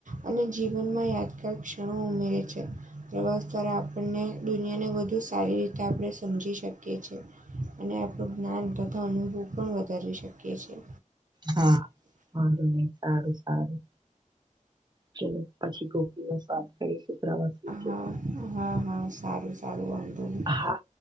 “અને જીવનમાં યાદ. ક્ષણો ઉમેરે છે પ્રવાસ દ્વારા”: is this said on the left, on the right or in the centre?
Right